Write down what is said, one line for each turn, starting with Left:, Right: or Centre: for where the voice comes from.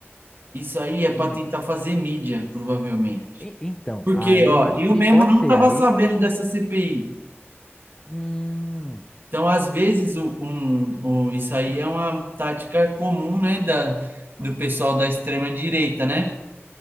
Right: Isso aí é para
Left: Hum.
Right: tentar fazer mídia, provavelmente.
Left: E- Então,
Right: Porque,
Left: aí
Right: ó,
Left: eu acho
Right: eu
Left: que
Right: mesmo
Left: pode
Right: não
Left: ser,
Right: estava
Left: aí
Right: sabendo
Left: pode ser.
Right: dessa CPI.
Left: Hum,
Right: Então, às vezes, o, um, o- isso aí é uma tática comum, né, da, do pessoal da extrema-direita, né?